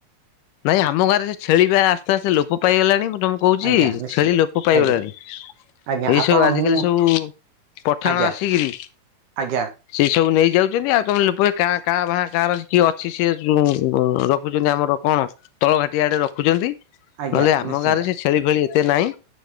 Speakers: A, on the left (about 80°); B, on the right (about 65°).
A: ନାଇଁ ଆମ ଗାରେ ସେ ଛେଳିିବା ଆସ୍ତେ ଆସ୍ତେ ଲୋପ ପାଇଗଲାଣି ତମ କହୁଛି
B: ଆଜ୍ଞା ନିଶ୍ଚିନ୍ତ
A: ଛେଳି ଲୋକ ପାଇଗଲାଣି
B: ଆଜ୍ଞା ଆଜ୍ଞା
A: ଏଇ
B: ଆପଣ
A: ସବୁ ଆଜିକାଲି
B: ମୁଁ
A: ସବୁ ପଠାଣ
B: ଆଜ୍ଞା
A: ଆସିକିରି
B: ଆଜ୍ଞା
A: ସେଇ ସବୁ ନେଇଯାଉଛନ୍ତି ଆଉ ତମେ ଲପ କାଁ କାଁ ବାହାଁ କାଁର କିଏ ଅଛି ସିଏ ଯ ରଖୁଛନ୍ତି ଆମର କଣ ତଳ ଘାଟି ଆଡେ ରଖୁଛନ୍ତି ନହେଲେ
B: ଆଜ୍ଞା
A: ଆମ
B: ନିଶ୍ଚିନ୍ତ
A: ଗାଁ ରେ ସେ ଛେଳି ଭେଳି ଏତେ ନାହିଁ